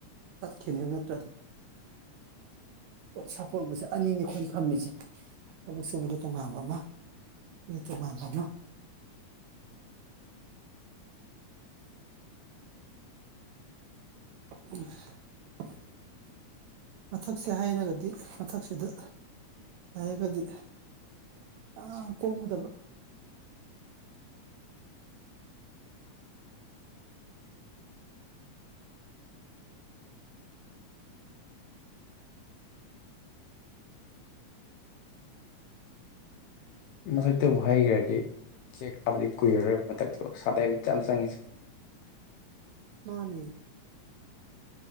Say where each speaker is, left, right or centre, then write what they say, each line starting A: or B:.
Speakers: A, on the right; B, on the left.
A: ꯊꯠꯈꯤꯅꯦꯕ ꯅꯠꯇ꯭ꯔꯗꯤ ꯁꯥꯄꯣꯟꯕꯁꯦ ꯑꯅꯤꯅꯤ ꯑꯩꯈꯣꯏꯅ ꯐꯝꯃꯤꯁꯦ ꯊꯕꯛ ꯁꯨꯕꯒꯤ ꯇꯣꯉꯥꯟꯕ ꯑꯃ ꯑꯩꯈꯣꯏꯒꯤ ꯇꯣꯉꯥꯟꯕ ꯑꯃ ꯎ ꯃꯊꯛꯁꯦ ꯍꯩꯔꯒꯗꯤ ꯃꯊꯛꯁꯤꯗ ꯂꯩꯔꯒꯗꯤ ꯌꯥꯝ ꯀꯣꯝꯒꯗꯕ
B: ꯃꯊꯛ ꯇꯕꯨ ꯍꯩꯈ꯭ꯔꯗꯤ ꯆꯦꯛ ꯀ ꯥꯕꯗꯤ ꯀꯨꯏꯔꯔꯣꯏ <unintelligible> ꯁꯥꯠ ꯍꯩꯕꯗꯥꯅꯤ ꯌꯥꯝ ꯆꯪꯉꯦ <inaudible>
A: ꯃꯥꯅꯦ